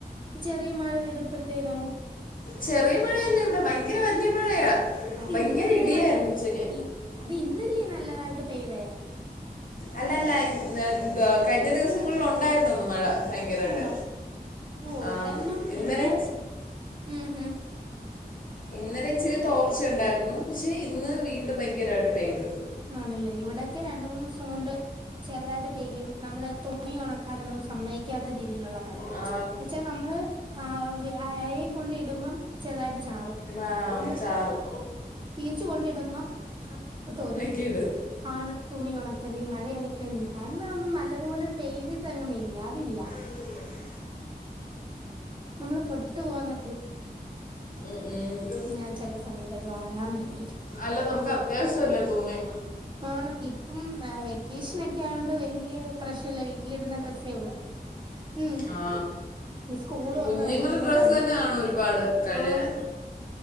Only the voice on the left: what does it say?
ചെറിയ മഴയല്ല ഇവിടെ ഭയങ്കര വല്യ മഴയാ
ഭയങ്കര
ഇടിയായിരുന്നു
ഉച്ചയ്ക്ക്
അല്ല അല്ല എന്തുവാ കഴിഞ്ഞ ദിവസം ദിവസങ്ങളിൽ ഒണ്ടായിരുന്നുന്ന് മഴ ഭയങ്കരായിട്ട്
ആ
ഇന്നലെ
ഇന്നലെ ഇച്ചിരി തോർച്ച ഉണ്ടായിരുന്നു പക്ഷെ ഇന്ന് വീണ്ടും ഭയങ്കരായിട്ട് പെയ്ത്
ആ
മാ-
ചാറും
ഇട്
<inaudible>
ഉ ഉ
അല്ല നമുക്ക് അത്യാവശ്യ ല്ലെ തുണി
ആ
കുഞ്ഞുങ്ങളുടെ
ഡ്രസ്സ് തന്നെ ആണോ ഒരു പാട് കഴുകാൻ